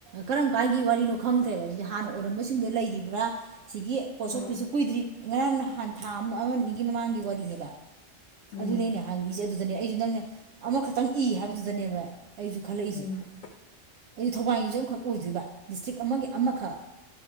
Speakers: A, on the right (about 80°); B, on the left (about 80°).
A: ꯀꯔꯝ ꯀꯥꯟꯒꯤ ꯋꯥꯔꯤꯅꯣ ꯈꯪꯗ꯭ꯔꯦꯕ ꯑꯗꯨꯗꯤ ꯍꯥꯟꯅ ꯑꯣꯏꯔꯝꯕꯁꯤꯡꯗꯣ ꯂꯩꯔꯤꯕ꯭ꯔꯥ ꯁꯤꯒꯤ ꯄꯣꯁ
B: ꯎꯝ
A: ꯑꯣꯐꯤꯁꯁꯨ ꯀꯨꯏꯗ꯭ꯔꯤ ꯉꯔꯥꯡ ꯅꯍꯥꯟ ꯊꯥ ꯑꯃ ꯑꯃ ꯑꯅꯤꯒꯤ ꯃꯃꯥꯡꯒꯤ ꯋꯥꯔꯤꯅꯦꯕ
B: ꯎꯝ
A: ꯑꯗꯨꯗꯅꯦ ꯍꯪꯉꯤꯁꯦ ꯑꯗꯨꯗꯅꯦ ꯑꯩꯁꯨ ꯅꯪꯅ ꯑꯃꯈꯛꯇꯪ ꯏ ꯍꯥꯏꯕꯗꯨꯗꯅꯦꯕ ꯑꯩꯁꯨ ꯈꯜꯂꯛꯏꯁꯦ
B: ꯎꯝ
A: ꯍꯥꯏꯗꯤ ꯊꯧꯕꯥꯜꯒꯤꯁꯨ ꯑꯃꯈꯛ ꯑꯣꯏꯗꯣꯏꯔꯤꯕ ꯗꯤꯁꯇ꯭ꯔꯤꯛ ꯑꯃꯒꯤ ꯑꯃꯈꯛ